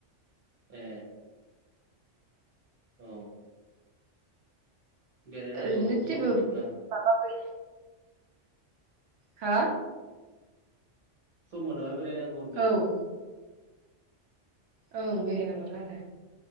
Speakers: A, on the right; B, on the right.
A: ए औ बेरायनांगौ
B: ओरैनो जेबो
A: सम मोनोब्ला।
B: माबा गै हा
A: सम मोनोबा रायनांगौ होनदों।
B: औ ओं बेरायनांगौथ आरो